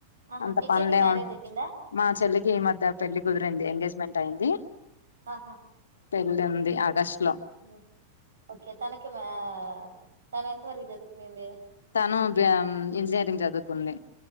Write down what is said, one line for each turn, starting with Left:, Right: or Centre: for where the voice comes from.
Right: ఆహా
Left: అంత
Right: మీ
Left: పనులేమ
Right: చెల్లికి మ్యారేజ్ అయిపోయిందా
Left: మా చెల్లికి ఈ మధ్య పెళ్లి కుదిరింది ఎంగేజ్మెంట్ అయి్యంది
Right: ఆహా
Left: పెళ్లి ఉంది ఆగస్ట్ లో
Right: న <unintelligible> ఓకే తనకి మా తను ఎంత వరకు చదువుకునింది
Left: తను ఇంజనీరింగ్ చదువుకుంది